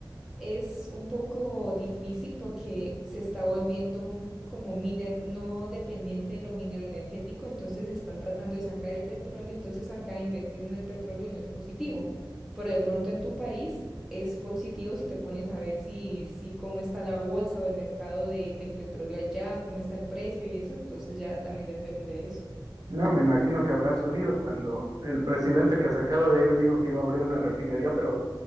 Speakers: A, in the centre; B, on the right (about 50°).
A: es un poco difícil porque se está volviendo un como miner no dependiente de lo minero energético, entonces están tratando de sacar el petróleo, entonces acá invertir en el petróleo no es positivo. Pero de pronto en tu país es positivo si te pones a ver si, si cómo está la bolsa o el mercado de- del petróleo allá, cómo está el precio y eso, entonces ya también depende de eso.
B: No, me imagino que habrá subido cuando el presidente que se acaba de ir dijo que iba a abrir una refinería, pero